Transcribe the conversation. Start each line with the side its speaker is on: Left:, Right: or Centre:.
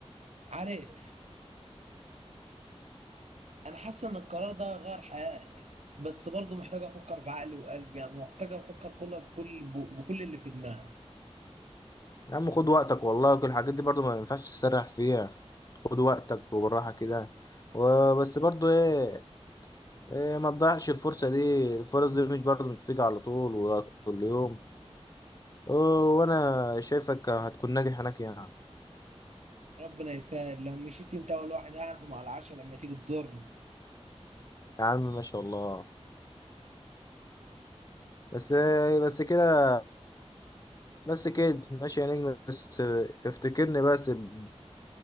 Right: عارف انا حاسه ان القرار ده غير حياتي بس برضو محتاج افكر بعقلي وقلبي يعني محتاج افكر كله بكل بكل اللي في دماغي
Left: يا عم خد وقتك والله كل الحاجات دي برضو ما ينفعش تسرح فيها خد وقتك وبالراحة كده وبس برضو ايه, إيه ما تضيعش الفرصة دي الفرص دي مش برضو مش بتيجي على طول ولا كل يوم و- وانا شايفك هتكون ناجح هناك يعني
Right: ربنا يسهل لو مشيت انت اول واحد هعزم على العشاء لما تيجي تزورني
Left: يا عم ما شاء الله بس إيه بس كده بس كده ماشي يا نجم بس افتكرني بس ب-